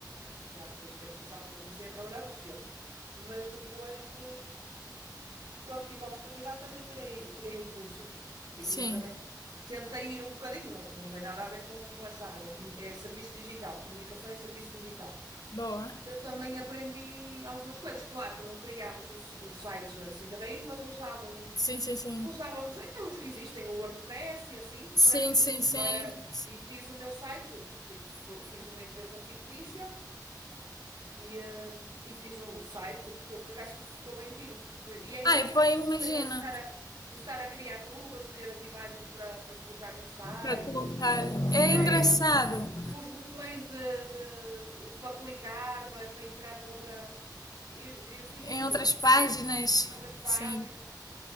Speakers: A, on the right; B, on the left.
A: já depois de ter começado, que eu comecei a trabalhar muito cedo, mas depois de, quando tive a oportunidade, também tirei, tirei um curso. E
B: Sim,
A: como eu também tentei ir um bocadinho, não, não tem nada a ver com, com essa área, é, comu- é serviço digital, comunicação e serviço digital.
B: boa.
A: Eu também aprendi algumas coisas. Claro que não criámos os, os sites assim de raiz, mas usávamos,
B: Sim, sim, sim.
A: usávamos eh, os que existem, o WordPress e assim,
B: Sim,
A: para criar.
B: sim, sim.
A: Para, e fiz o meu site, ti- for- fiz uma empresa fictícia e, eh, e fiz um, o site, ficou, por acaso que ficou bem giro. Tu- E é engraçado
B: Ai, pô, imagina
A: essa coisa de estar a, de estar a criar tudo, a escolher as imagens para, para colocar no site,
B: para colocar.
A: os
B: É
A: textos,
B: engraçado.
A: os botões de, de- de- para clicar, para, para entrar noutra. Eu, eu fiz
B: Em
A: isso
B: outras
A: tudo,
B: páginas,
A: outras páginas.
B: sim.